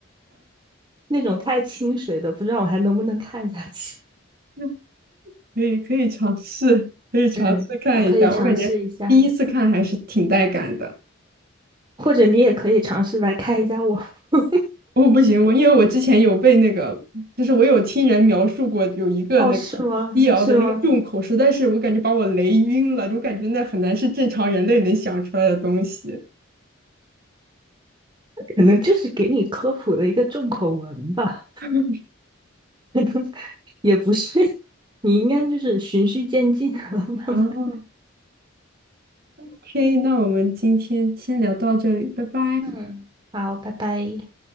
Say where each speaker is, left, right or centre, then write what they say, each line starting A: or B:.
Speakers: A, on the right (about 20°); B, on the right (about 45°).
A: <laughs> 那种太清水的，不知道我还能不能看下去。
B: <laughs> 嗯可以可以尝试，可以尝试看一下。
A: 嗯，我可以尝试一下，
B: 我感觉第一次看还是挺带感的。
A: 或者你也可以尝试来看一下我。<laughs>
B: 我不行，我因为我之前有被那个，就是我有听人描述过有一个那个医瑶的那个重口，
A: 哦，是吗？是吗？
B: 实在是我感觉把我雷晕了，就感觉那很难是正常人类能想出来的东西。
A: 可能就是给你科普了一个重口文吧，
B: <laughs>
A: 可能也不是，你应该就是循序渐进，<laughs> 慢慢。
B: 哦，OK，那我们今天先聊到这里，拜拜。
A: 嗯，好，拜拜。